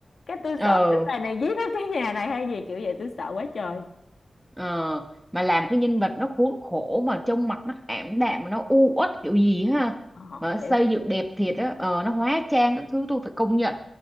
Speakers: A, on the left (about 70°); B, in the centre.
A: cái tôi
B: ờ
A: sợ kiểu bà này giết hết cái nhà này hay gì kiểu vậy tôi sợ quá trời
B: Ờ, mà làm cái nhân vật nó khốn khổ mà trông mặt nó ảm đạm mà nó u uất kiểu gì ha
A: ờ,
B: mà nó xây
A: kiểu kiểu
B: dựng
A: vậy
B: đẹp thiệt á ờ, nó hóa trang các thứ tôi phải công nhận